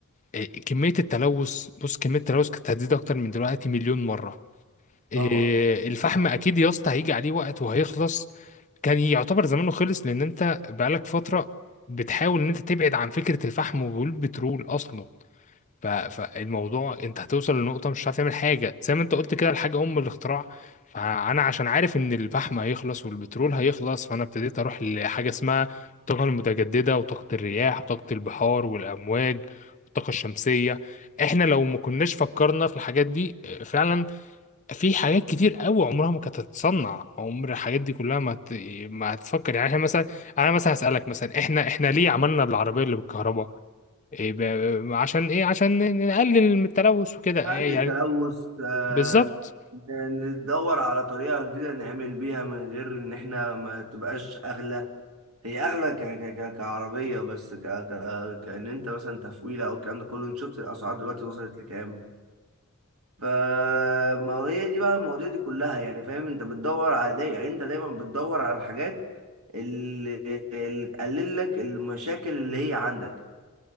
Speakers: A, on the left; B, on the right.
A: إيه، كمية التلوث بص كمية التلوث كانت هتزيد أكتر من دلوقتي مليون مرة إيه،
B: طبعا
A: الفحم أكيد يا اسطى هيجي عليه وقت وهيخلص كان يعتبر زمانه خلص لأن أنت بقالك فترة بتحاول إن أنت تبعد عن فكرة الفحم والبترول أصلا ف- فالموضوع انت هتوصل لنقطة مش هتعرف تعمل حاجة زي ما انت قلت كده الحاجة أم الاختراع فأنا عشان عارف إن الفحم هيخلص والبترول هيخلص فأنا ابتديت أروح لحاجة اسمها الطاقة المتجددة وطاقة الرياح وطاقة البحار والأمواج والطاقة الشمسية احنا لو ما كناش فكرنا في الحاجات دي فعلا في حاجات كتير قوي عمرها ما كانت هتتصنع عمر الحاجات دي كلها ما هت- ما هتفكر يعني احنا مثلا انا مثلا هسألك مثلا احنا احنا ليه عملنا العربية اللي بالكهرباء إيه ب- عشان ايه عشان نقلل من التلوث وكده
B: قلل
A: إيه يعني
B: التلوث آه،
A: بالظبط
B: ندور على طريقة جديدة نعمل بيها من غير ان احنا ما تبقاش اغلى هي اغلى ك... ك... ك... كعربيه بس ك... ك... كان انت مثلا تفويله او الكلام ده كله انت شفت الاسعار دلوقتي وصلت لكام ف ما هي دي بقى المواضيع دي كلها يعني فاهم انت بتدور على داي... يعني انت دايما بتدور على الحاجات اللي, اللي تقلل لك المشاكل اللي هي عندك